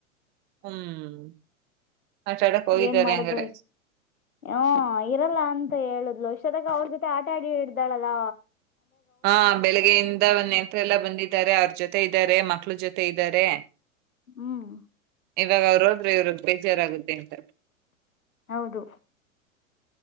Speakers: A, on the right; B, on the left.
A: ಹ್ಮ್ ಆಟ ಆಡಕ್ ಹೋಗಿದ್ದಾರೆ
B: ಏನ್ ಮಾಡುದ್ರು
A: ಹಂಗಾರೆ
B: ಹ್ಮ್ ಇರಲ್ಲ ಅಂತ ಹೇಳದ್ಲು ವಿಷದಾಗ ಅವ್ರ ಜೊತೆ ಆಟ ಆಡಿ ಇಡ್ದಾಳಲ್ಲ
A: ಹಾ ಬೆಳಿಗ್ಗೆಯಿಂದ ನೆಂಟರು ಎಲ್ಲಾ ಬಂದಿದ್ದಾರೆ ಅವ್ರ ಜೊತೆ ಇದ್ದಾರೆ ಮಕ್ಕಳು ಜೊತೆ ಇದ್ದ್ ದ್ದಾರೆ
B: ಹ್ಮ್
A: ಇವಾಗ ಅವರು ಹೋದ್ರೆ ಇವರು ಬೇಜಾರಾಗುತ್ತೆ ಅಂತ.
B: ಹೌದು